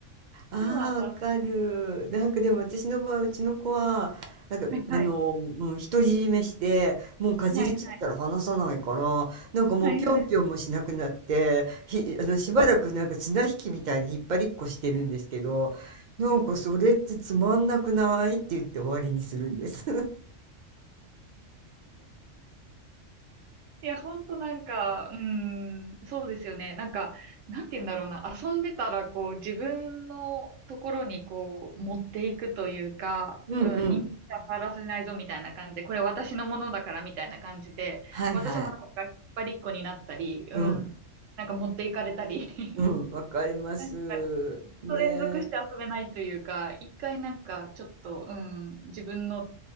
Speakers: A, on the right (about 55°); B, on the right (about 80°).
A: うん。ああ、
B: で、また、
A: わかる。
B: は
A: なんかでも私の場合、うちの子は、なんか、
B: いはい、
A: あの、うん、独り占めして、もうかじりついたら離さないから、
B: はいはい、
A: なんかもうぴょんぴょんもしなくなって、
B: はいはい。
A: ひ、あの、しばらくなんか綱引きみたいに引っ張りっこしてるんですけど、なんかそれってつまんなくないって言って終わりにするんです。<laughs>
B: いや、ほんとなんか、うーん、そうですよね。なんか、なんて言うんだろうな。遊んでたら、こう、自分のところに、こう、持っていくというか、
A: うんうん。
B: うん、人気は触らせないぞ、みたいな感じで、これ私のものだから、みたいな感じで、
A: はいはい。
B: 私もなんか、引っ張りっこになったり、うん、
A: うん。
B: なんか持っていかれたり、
A: うん。
B: <laughs>
A: わかります。
B: なんか、ずっと連続して遊べないというか、
A: ね。
B: 一回なんか、ちょっと、うん、自分の